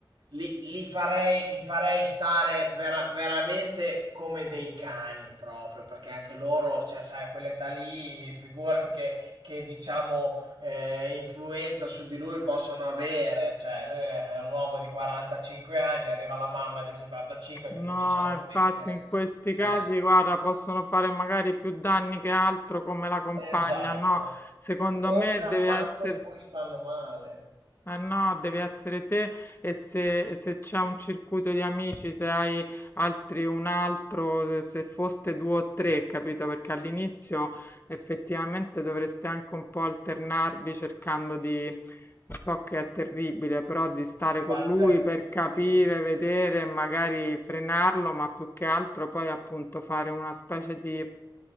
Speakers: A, on the right; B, on the left.
A: li, li farei, li farei stare vera- veramente come dei cani proprio, perché anche loro, cioè, sai, a quell'età lì, figurati che, che, diciamo, eh, influenza su di lui possono avere. Cioè, lui è un uomo di 45 anni, arriva la mamma di 75
B: No,
A: che ti dice non
B: infatti
A: bere.
B: in questi
A: Cioè,
B: casi, guarda, possono fare magari più danni che altro come la compagna,
A: esatto.
B: no? Secondo
A: O-
B: me
A: oltre a
B: deve
A: quanto
B: essere...
A: poi stanno male.
B: Eh no, devi essere te e se, e se c'è un circuito di amici, se hai altri un altro, se se foste due o tre, capito? Perché all'inizio effettivamente dovreste anche un po' alternarvi cercando di, so che è terribile, però di stare
A: Sì, battere
B: con lui per
A: tutti,
B: capire, vedere, magari frenarlo, ma più che altro poi appunto fare una specie di